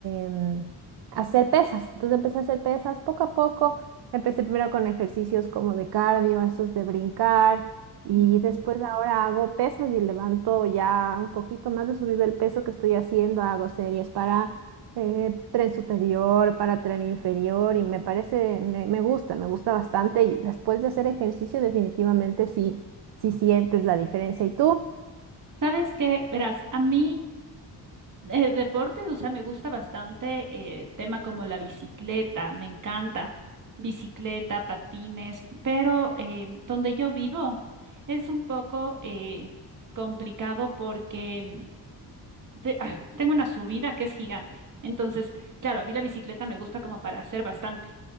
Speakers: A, on the right; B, on the right.
A: em, hacer pesas. Entonces empecé a hacer pesas poco a poco. Empecé primero con ejercicios como de cardio, esos de brincar y
B: Ya.
A: después ahora hago pesas y levanto ya un poquito más de subido el peso que estoy haciendo. Hago series para eh, tren superior, para tren inferior y me parece, me, me gusta, me gusta bastante. Y después de hacer ejercicio definitivamente sí, sí sientes la diferencia. ¿Y tú?
B: ¿Sabes qué? Verás, a mí eh, deportes, o sea, me gusta bastante eh, tema como la bicicleta, me encanta bicicleta, patines, pero eh, donde yo vivo es un poco eh, complicado porque te- ah, tengo una subida que es gigante. Entonces, claro, a mí la bicicleta me gusta como para hacer bastante.